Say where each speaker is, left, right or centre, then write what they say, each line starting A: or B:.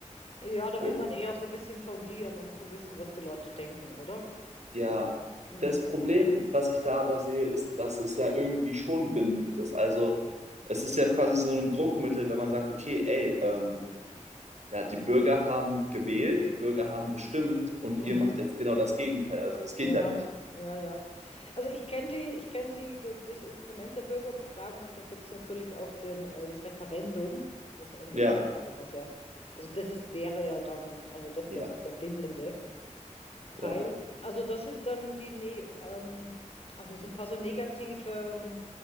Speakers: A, on the left; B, on the right.
A: Ja, da
B: und
A: will man eher so ein bisschen sondieren, um zu wissen, was die Leute denken, oder?
B: Ja,
A: Mhm,
B: das Problem, was ich da aber sehe, ist, dass es ja irgendwie schon bindend ist. Also es ist ja quasi so ein Druckmittel, wenn man sagt, okay, ey, ähm, ja, die Bürger haben gewählt, die Bürger haben bestimmt und
A: mhm.
B: ihr macht jetzt genau das Gegenteil. Also das
A: Ja,
B: geht ja nicht.
A: ja, ja. Also ich kenne die, ich kenne die, ge- das Instrument der Bürgerbefragung und dann gibt es natürlich auch den, äh, das Referendum, was ja in der
B: Ja,
A: Schweiz auch immer sehr, also das ist, wäre ja dann, also doch der,
B: ja,
A: der bindende. Teil.
B: ja,
A: Also das sind dann die, ne ähm, also so ein paar so negative ähm,